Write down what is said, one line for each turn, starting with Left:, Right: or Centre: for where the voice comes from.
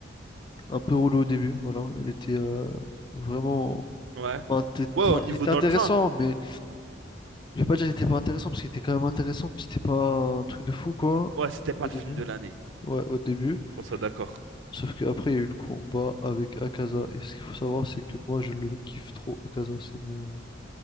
Left: un peu relou au début, voilà. Il était euh, vraiment.
Right: Ouais.
Left: Enfin, t'es-
Right: Ouais, au
Left: enfin,
Right: niveau
Left: il était
Right: dans
Left: intéressant,
Right: le train.
Left: mais je vais pas dire qu'il était pas intéressant parce qu'il était quand même intéressant, mais c'était pas un truc de fou quoi
Right: Ouais, c'était pas
Left: au
Right: le
Left: début.
Right: film de l'année.
Left: Ouais, au début.
Right: Qu'on soit d'accord.
Left: Sauf qu'après, il y a eu le combat avec Akaza. Et ce qu'il faut savoir, c'est que moi, je le kiffe trop, Akaza. C'est mon.